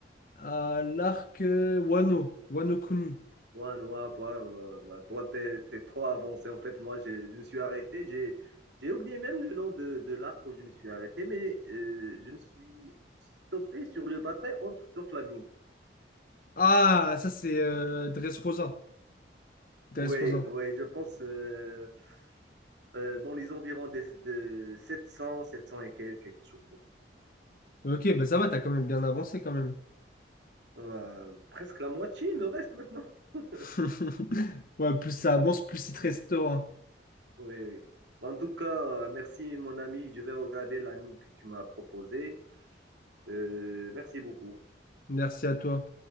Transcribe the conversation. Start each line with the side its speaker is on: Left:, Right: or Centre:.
Left: à l'arc euh, Wano, Wano Kuni.
Right: moi, Noah, toi, euh, bah, toi, t'es, t'es trop avancé. En fait, moi, j'ai- je, me suis arrêté. J'ai, j'ai oublié même le nom de, de l'arc où je me suis arrêté, mais euh, je me suis stoppé sur le bataille entre Doflamingo.
Left: Ah, ça, c'est euh, Dressrosa. Dressrosa.
Right: Ouais, ouais, je pense. euh, euh, dans les environs des- de 700, 700 et quelques, quelque chose comme ça.
Left: Ok, bah ça va, t'as quand même bien avancé quand même.
Right: Euh, presque la moitié il me reste maintenant. <laughs>
Left: <laughs> Ouais, plus ça avance, plus il te restera.
Right: Oui, oui. En tout cas, euh, merci mon ami. Je vais regarder l'anime que tu m'as proposé. Euh, merci beaucoup.
Left: Merci à toi.